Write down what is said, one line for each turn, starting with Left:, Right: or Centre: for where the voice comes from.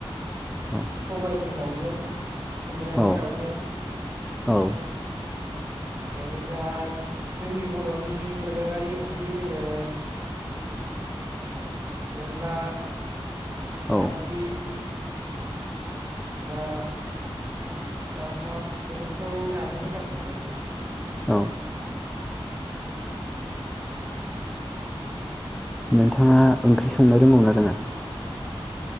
Centre: <inaudible>
Right: सबायाइजों दाउजों खुमब्राजों
Centre: औ
Right: दाउजों
Centre: औ
Right: बेनिफ्राय जोंनि बर'नि दोरोङारि ओंख्रि जेरै अनला नारजि
Centre: औ
Right: बा नाफाम बेफोरखौ जानो मोजां मोनो
Centre: औ नोंथाङा ओंख्रि संनो रोंगौ ना रोङा?